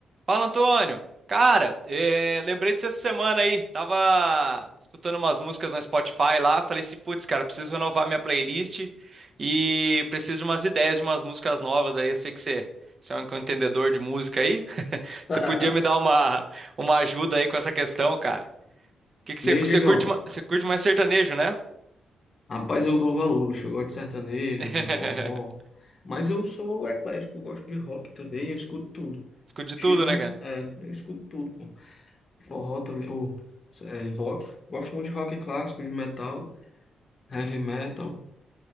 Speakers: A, on the right; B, on the left.
A: Fala, Antônio. Cara, eh, lembrei disso essa semana aí. Tava escutando umas músicas no Spotify lá. Falei assim, putz, cara, preciso renovar minha playlist e preciso de umas ideias de umas músicas novas aí. Eu sei que você, você é um entendedor de música aí. <laughs> Você
B: <laughs>
A: podia me dar uma, uma ajuda aí com essa questão, cara. O que que
B: E
A: você,
B: aí,
A: você
B: Diegão?
A: curte, ma- você curte mais sertanejo, né?
B: Rapaz, eu dou valor, bicho. Eu gosto de sertanejo,
A: <laughs>
B: de forró. Mas eu sou eclético, eu gosto de rock também, eu escuto tudo.
A: Escute de
B: Tirando,
A: tudo, né, cara?
B: é, eu escuto tudo, pô. Forró também, ou é, rock. Gosto muito de rock clássico, de metal, heavy metal,